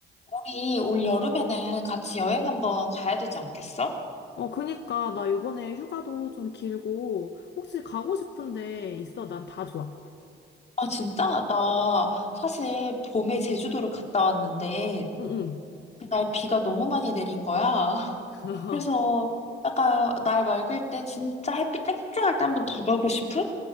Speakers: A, on the left (about 35°); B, on the left (about 60°).
A: 우리 올 여름에는 같이 여행 한번 가야 되지 않겠어?
B: 어, 그니까, 나 요번에 휴가도 좀 길고, 혹시 가고 싶은데 있어? 난 다 좋아.
A: 아, 진짜? 나 사실 봄에 제주도를 갔다 왔는데
B: 응, 응,
A: 그날 비가 너무 많이 내린 거야. <laughs>
B: <laughs>
A: 그래서 약간 날 맑을 때 진짜 햇빛 쨍쨍할 때 한번 더 가고 싶은?